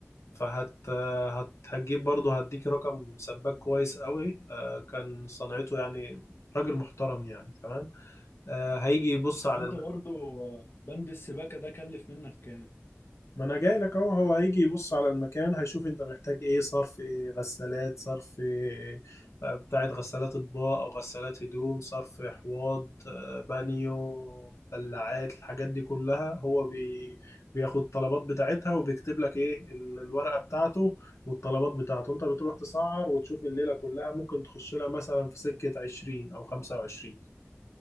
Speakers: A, on the left; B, on the left.
A: فهت هت هتجيب برضه هديك رقم سباك كويس قوي آه، كان صنعته يعني راجل محترم يعني تمام آه، هيجي يبص
B: طب
A: على
B: انت برضو بند السباكة ده كلف منك كام؟
A: ما انا جاي لك اهو هو هيجي يبص على المكان هيشوف انت محتاج ايه صرف إيه، غسالات صرف إيه، بتاعت غسالات اطباق او غسالات هدوم صرف حواض آه، بانيو بلعات الحاجات دي كلها هو بي بياخد الطلبات بتاعتها وبيكتب لك ايه ال- الورقة بتاعته والطلبات بتاعته انت بتروح تسعر وتشوف الليلة كلها ممكن تخش لها مثلا في سكة عشرين او خمسة وعشرين